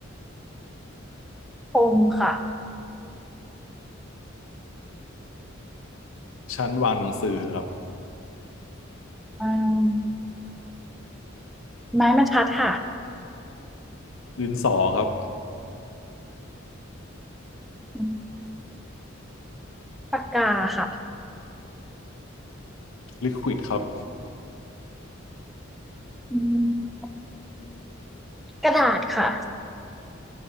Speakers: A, in the centre; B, on the left (about 80°).
A: พรมค่ะ
B: ชั้นวางหนังสือครับ
A: อืมไม้บรรทัดค่ะ
B: ดินสอครับ
A: อืมปากกาค่ะ
B: ลิควิดครับ
A: อืมกระดาษค่ะ